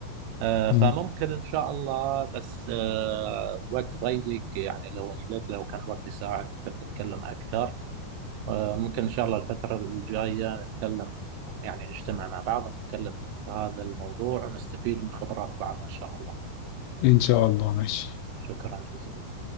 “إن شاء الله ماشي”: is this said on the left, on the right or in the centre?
Left